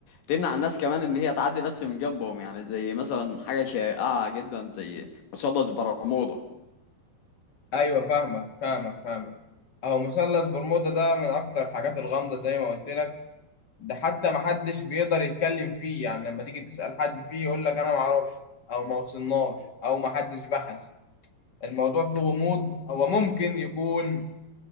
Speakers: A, on the left; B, on the left.
A: تمنع الناس كمان إن هي تعدي بس من جنبهم يعني زي مثلا حاجة شائعة جدا زي مثلث برمودا
B: ايوه فاهمك فاهمك فاهمك اهو مثلث برمودا ده من اكتر الحاجات الغامضة زي ما قلت لك ده حتى ما حدش بيقدر يتكلم فيه يعني لما تيجي تسأل حد فيه يقول لك انا ما اعرفش او ما وصلناش او ما حدش بحث الموضوع فيه غموض هو ممكن يكون